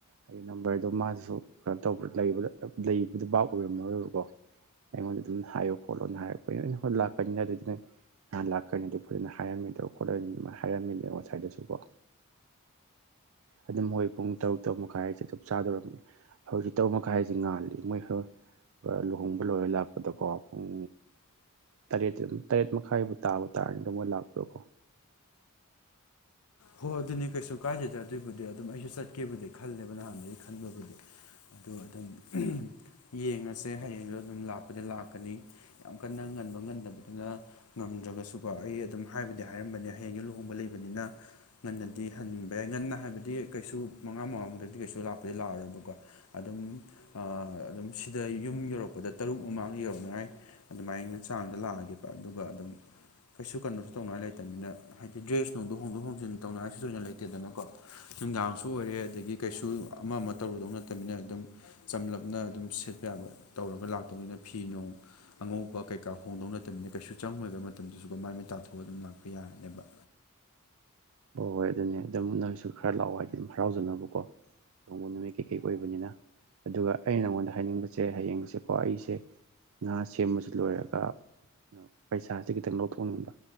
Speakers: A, on the right; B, on the left.
A: ꯑꯩꯒꯤ ꯅꯝꯕꯔꯗꯣ ꯃꯥꯁꯨ ꯀꯩꯅꯣ ꯇꯧꯕꯕ ꯂꯩꯕꯗꯨ ꯕꯥꯞ ꯑꯣꯏꯔꯝꯃꯔꯣꯏꯕꯀꯣ ꯑꯩꯉꯣꯟꯗ ꯑꯗꯨꯝ ꯍꯥꯏꯌꯨ ꯈꯣꯠꯂꯣꯅ ꯍꯥꯏꯔꯛꯄꯣꯏ ꯅ ꯍ ꯈꯪꯅ <unintelligible> ꯅꯍꯥꯟ ꯂꯥꯛ ꯐꯖꯅ ꯍꯥꯏꯔꯝꯃꯤꯗ ꯈꯣꯠꯂ ꯑꯗꯨꯃꯥꯏꯅ ꯍꯥꯏꯔꯝꯃꯤꯅꯦ ꯉꯁꯥꯏꯗꯁꯨꯀꯣ ꯑꯗ ꯃꯣꯏ ꯄꯨꯡ ꯇꯔꯨꯛ ꯇꯔꯨꯛ ꯃꯈꯥꯏ ꯍꯥꯏꯁꯦ ꯑꯗꯨꯝ ꯆꯞ ꯆꯥꯗꯧꯔꯕꯅꯤ ꯍꯧꯖꯤꯛ ꯇꯔꯨꯛ ꯃꯈꯥꯏꯁꯤ ꯉꯥꯜꯂꯤ ꯃꯣꯏ ꯂꯨꯍꯣꯡꯕ ꯂꯣꯏꯔ ꯂꯥꯛꯄꯗꯀꯣ ꯄꯨꯡ ꯇꯔꯦꯠꯇꯤ ꯑꯗꯨꯝ ꯇꯔꯦꯠ ꯃꯈꯥꯏꯕꯨ ꯇꯥꯕ ꯇꯥꯔꯅꯤꯗ ꯃꯣꯏ ꯂꯥꯛꯄꯗꯀꯣ
B: ꯍꯣꯏ ꯑꯗꯨꯅꯤ ꯀꯩꯁꯨ ꯀꯥꯏꯗꯦꯗꯦ ꯑꯗꯨꯒꯤꯕꯨꯗꯤ ꯑꯗꯨꯝ ꯑꯩꯁꯨ ꯆꯠꯀꯦꯕꯨꯗꯤ ꯈꯜꯂꯦꯕ ꯅꯍꯥꯟꯗꯒꯤꯗꯒꯤ ꯈꯟꯕꯕꯨꯗꯤ ꯑꯗꯨ ꯑꯗꯨꯝ ꯑꯍꯝ ꯌꯦꯡꯉꯁꯦ ꯍꯌꯦꯡꯗꫭ ꯑꯗꯨꯝ ꯂꯥꯛꯄꯗꯤ ꯂꯥꯛꯀꯅꯤ ꯌꯥꯝ ꯀꯟꯅ ꯉꯟꯕ ꯉꯟꯗꯕꯗꯨꯅ ꯉꯝꯗ꯭ꯔꯒꯁꯨꯀꯣ ꯑꯩ ꯑꯗꯨꯝ ꯍꯥꯏꯕꯗꯤ ꯍꯥꯏꯔꯝꯕꯅꯦ ꯍꯌꯦꯡꯗꯨ ꯂꯨꯍꯣꯡꯕ ꯂꯩꯕꯅꯤꯅ ꯉꯟꯅꯗꯤ ꯍꯟꯕ ꯌꯥꯏ ꯉꯟꯅ ꯍꯥꯏꯕꯗꯤ ꯀꯩꯁꯨ ꯃꯉꯥ ꯃꯃꯥꯡꯗꯗꯤ ꯀꯩꯁꯨ ꯂꯥꯛꯄꯗꯤ ꯂꯥꯛꯑꯔꯣꯏꯕꯀꯣ ꯑꯗꯨꯝ ꯑꯗꯨꯝ ꯁꯤꯗ ꯌꯨꯝ ꯌꯧꯔꯛꯄꯗ ꯇꯔꯨꯛ ꯃꯃꯥꯡꯗ ꯌꯧꯔꯛꯅꯉꯥꯏ ꯑꯗꯨꯃꯥꯏ ꯆꯥꯡꯗ ꯂꯥꯛꯑꯒꯦꯕ ꯑꯗꯨꯒ ꯑꯗꯨꯝ ꯀꯩꯁꯨ ꯀꯩꯅꯣꯁꯨ ꯇꯧꯅꯉꯥꯏ ꯂꯩꯇꯕꯅꯤꯅ ꯍꯥꯏꯗꯤ ꯗ꯭ꯔꯦꯁ ꯅꯨꯡꯗꯣ ꯍꯣꯡꯗꯣꯛ ꯍꯣꯡꯖꯤꯟ ꯇꯧꯅꯉꯥꯏꯁꯨ ꯊꫭꯏꯅ ꯂꯩꯇꯦꯗꯅꯀꯣ ꯅꯨꯡꯗꯥꯡꯁꯨ ꯑꯣꯏꯔꯦ ꯑꯗꯒꯤ ꯀꯩꯁꯨ ꯑꯃ ꯑꯃ ꯇꯧꯔꯨꯗꯧ ꯅꯠꯇꯝꯅꯤꯅ ꯑꯗꯨꯝ ꯆꯝꯂꯞꯅ ꯑꯗꯨꯝ ꯁꯦꯠꯄ ꯌꯥꯕ ꯇꯧꯔꯒ ꯂꯥꯛꯇꯧꯅꯤꯅ ꯐꯤ ꯅꯨꯡ ꯑꯉꯧꯕ ꯀꯩꯀꯥ ꯍꯣꯡꯗꯧ ꯅꯠꯇꯕꯅꯤꯅ ꯀꯩꯁꯨ ꯆꯪꯉꯣꯏꯕ ꯃꯇꯝꯗꯁꯨ ꯑꯗꯨꯝ ꯃꯥꯏ ꯃꯤꯠ ꯇꯥꯊꯣꯛꯑ ꯑꯗꯨꯝ ꯂꯥꯛꯄ ꯌꯥꯔꯅꯦꯕ
A: ꯍꯣꯏ ꯍꯣꯏ ꯑꯗꯨꯅꯦ ꯑꯗꯨꯝ ꯅꯪꯁꯨ ꯈꯔ ꯂꯥꯛꯑꯣ ꯍꯥꯏꯗꯤ ꯑꯗꯨꯝ ꯍꯔꯥꯎꯖꯅꯕꯀꯣ ꯂꯣꯡꯒꯣ ꯅꯨꯃꯤꯠ ꯀꯩꯀꯩ ꯑꯣꯏꯕꯅꯤꯅ ꯑꯗꯨꯒ ꯑꯩꯅ ꯅꯉꯣꯟꯗ ꯍꯥꯏꯅꯤꯡꯕꯁꯦ ꯍꯌꯦꯡꯁꯦꯀꯣ ꯑꯩꯁꯦ ꯉꯥ ꯁꯦꯝꯕꯕꯁꯤ ꯂꯣꯏꯔꯒ ꯄꯩꯁꯥꯁꯦ ꯈꯤꯇꯪ ꯂꯧꯊꯣꯛꯅꯤꯡꯕ